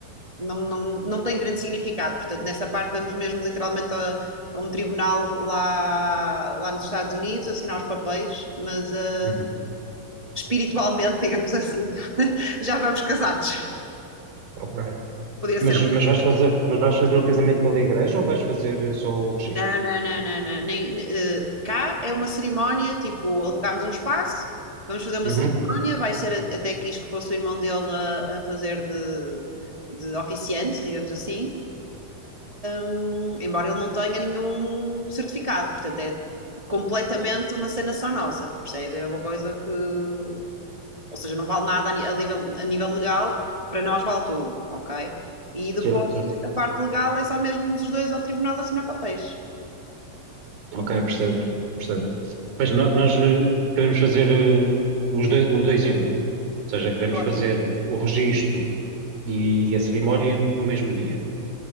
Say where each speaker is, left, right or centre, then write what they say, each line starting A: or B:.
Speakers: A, on the right; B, on the right.
A: não, não, não tem grande significado. Portanto, nessa parte vamos mesmo literalmente a, a um tribunal lá, lá nos Estados Unidos assinar os papéis, mas ah,
B: uhum.
A: espiritualmente, digamos assim, <laughs> já vamos casados.
B: ok.
A: Podia ser
B: Mas,
A: uma.
B: mas vais fazer, mas vais fazer o casamento pela igreja ou vais fazer eh, só o registro?
A: Não, não, não, não, não. Nem, eh, cá é uma cerimónia, tipo, alugámos um espaço, vamos fazer uma
B: Uhum.
A: cerimónia, vai ser a- até quis que fosse o irmão dele a, a fazer de, de oficiante, digamos assim. hum, embora ele não tenha nenhum certificado, portanto é completamente uma cena só nossa, percebes? É a mesma coisa que, ou seja, não vale nada a nível, a nível legal, para nós vale tudo, ok? E
B: Certo,
A: depois
B: certo.
A: a parte legal é só mesmo os dois ao tribunal assinar papéis.
B: Ok, percebo, percebo. Mas no- nós eh, queremos fazer eh, os doi- o dois em um. Ou seja, queremos
A: Claro.
B: fazer o registro e, e a cerimónia no mesmo dia.